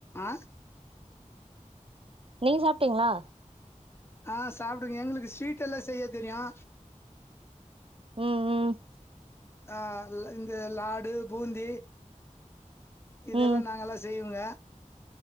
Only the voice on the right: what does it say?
நீங்க சாப்பிட்டீங்களா
ம் ம்
ம்